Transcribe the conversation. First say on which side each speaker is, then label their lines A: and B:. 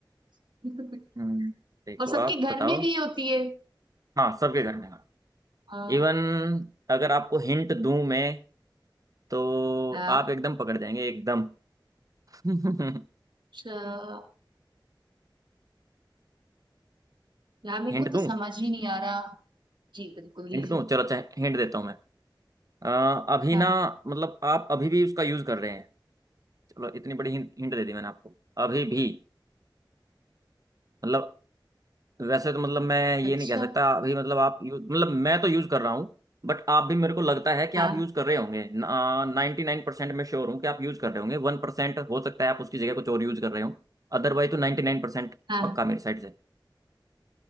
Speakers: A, on the right; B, on the right.
A: हैं <laughs>
B: हम्म, देखो
A: और सबके
B: आप
A: घर
B: बताओ
A: में भी होती है
B: हाँ सबके घर में हाँ
A: हाँ
B: इवन अगर आपको हिंट दूं मैं तो
A: हाँ,
B: आप एकदम पकड़ जाएंगे एकदम <laughs>
A: अच्छा यार मेरे
B: हिंट
A: को
B: दूं
A: तो समझ ही नहीं आ रहा जी बिल्कुल दीजिए
B: हिंट दूं चलो अच्छा हिंट देता हूं मैं अ, अभी
A: हाँ
B: ना मतलब आप अभी भी उसका यूज कर रहे हैं चलो इतनी बड़ी हिंट हिंट दे दी मैंने आपको अभी भी मतलब वैसे तो मतलब मैं ये
A: अच्छा
B: नहीं कह सकता अभी मतलब आप यूज मतलब मैं तो यूज कर रहा हूँ बट आप भी मेरे को लगता है कि
A: हाँ
B: आप यूज कर रहे होंगे नाइन्टी नाइन परसेंट मैं श्योर हूँ कि आप यूज कर रहे होंगे वन परसेंट हो सकता है आप उसकी जगह कुछ और यूज कर रहे हो अदरवाइज तो नाइन्टी नाइन परसेंट
A: हाँ
B: पक्का मेरी साइड से